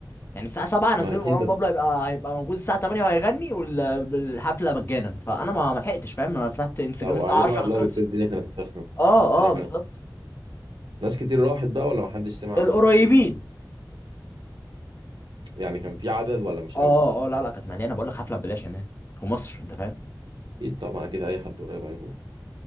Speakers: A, on the left; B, on the right.
A: يعني الساعه 7 نزلوا
B: ما اكيد
A: مروان بابلو هيبقى هيبقى موجود الساعه 8 وهيغني والحفله مجانا فانا ما ما لحقتش فاهم انا فتحت انستجرام
B: لو
A: الساعه
B: اعلنوا
A: 10
B: قبلها
A: كانت خلصت
B: بكتير الدنيا كانت هتخرب
A: اه
B: الدنيا
A: اه
B: كانت
A: بالظبط
B: ناس كتير راحت بقى ولا محدش سمع
A: القريبين
B: عنها يعني كان في عدد ولا مش
A: اه
B: قوي
A: اه لا لا كانت مليانه بقول لك حفله ببلاش يا مان في مصر انت فاهم
B: اكيد طبعا اكيد اي حد قريب هيروح